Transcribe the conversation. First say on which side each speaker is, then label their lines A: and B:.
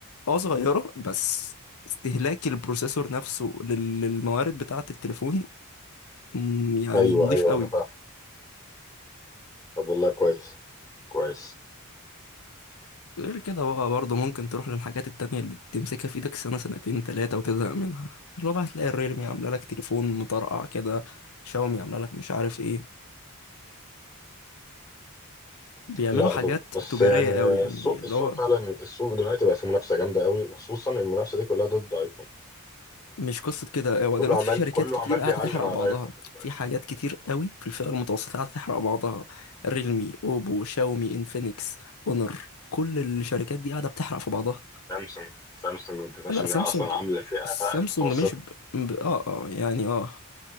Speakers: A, on the left; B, on the left.
A: اه صغيره بس استهلاك البروسيسور نفسه لل- للموارد بتاعه التليفون مم، يعني
B: ايوه
A: نضيف
B: ايوه
A: قوي
B: انا فاهم طب والله كويس كويس
A: غير كده بقى برضه ممكن تروح للحاجات التانية اللي تمسكها في ايدك سنة سنتين تلاتة وتزهق منها اللي هو بقى هتلاقي الريلمي عاملة لك تليفون مطرقع كده شاومي عاملة لك مش عارف ايه بيعملوا
B: لا
A: حاجات
B: ب- بس
A: تجارية
B: يعني
A: قوي يعني
B: السوق
A: اللي
B: السوق
A: هو
B: فعلا السوق دلوقتي بقى فيه منافسه جامده قوي وخصوصا المنافسه دي كلها ضد ايفون
A: مش قصة كده هو
B: كله
A: دلوقتي
B: عمال
A: في شركات
B: كله
A: كتير
B: عمال
A: قاعدة
B: بيعلم
A: تحرق
B: على
A: بعضها
B: الايفون دلوقتي
A: في حاجات كتير قوي في الفئة المتوسطة قاعدة تحرق بعضها ريلمي اوبو شاومي انفينكس اونر كل الشركات دي قاعدة بتحرق في بعضها
B: سامسونج سامسونج ما تنساش
A: لا
B: ان
A: سامسونج
B: هي اصلا عامله فئه
A: سامسونج
B: متوسطه
A: مش ب... ب... اه اه يعني اه